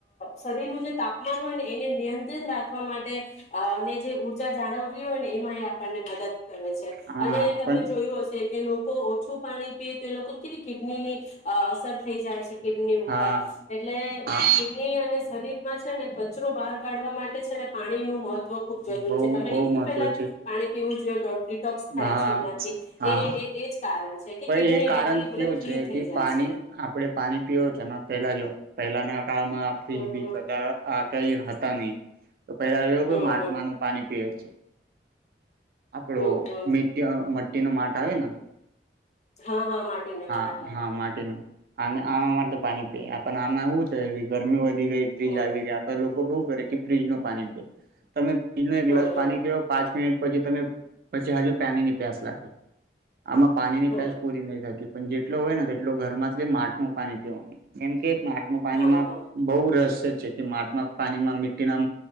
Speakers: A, on the left; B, on the right.
A: શરીરનું જે તાપમાન હોય ને એને નિયંત્રિત રાખવા માટેને જે ઉઊર્જા જાળવવી હોય ને એમાં એ આપણને મદદ કરે છે
B: હા
A: અને તમે
B: પણ
A: જોયું હશે કે લોકો ઓછ ું પાણી પીએ તો એ લોકોને કેવી કિડની ની અસર થઈ જાય છે કિડની ઉપર
B: હા
A: એટલે
B: હા
A: કિડની અને શરીર છે ને કચરો બહાર કાઢવા માટે છે ને પાણી નું મહત્વ ખુબ જુર
B: બહુ
A: છે તમે
B: બહુ
A: કીધું
B: મહત્વ
A: પેલા
B: છે
A: પાણી પીવું જગ ડિટોક્સ થાય
B: હા
A: છે એનાથી
B: હા
A: એ એ જ કારણ છે કે
B: પણ
A: કિડની
B: એ
A: એનાથી
B: કારણ
A: મતલબ
B: કેવું
A: ક્લીન
B: છે
A: થઈ
B: કે
A: જાય
B: પાણી
A: છે.
B: આપડે પાણી પીવ છે પેલા જો પહેલા ને કળમાં ફ્ર્રીજ
A: હમ
B: બીજ
A: હમ
B: બાર કઈ હતા ની તો પેલા એવું
A: હમ
B: માટમાનું પાણી પીએ છે. આપડો
A: હમ હમ હમ
B: મીટય મ ટી ન માટ આવે ના
A: હા હા માટીના
B: હા
A: માટલા
B: હા
A: પર
B: માટીનું આ આમાંમાં તો પાણી પી પણ આમાં એવુ છે ગરમી વધી ગઈ ફિજ
A: હમ
B: આવી ગયા હતા લો કો કેવું કરે કે ફ્રીજ નું પાણી પી તમે ફિજ નો એક
A: હા
B: ગલાસ
A: હા
B: પાણી કે પાંચ મી પછી તમે પછી હજુ પાનીની પ્યાસ લાગી આમાં પાણી ની
A: હા
B: પેસ પૂરી નહી થતી પણ જેટલો હોય ને તેટલો ઘર માંથી માટ નું પાણી પીવાનું એમ કે માટનું પાણીમાં
A: હા હા
B: બોવ રસ જેથી માટમાં પાણીમાં મીટીના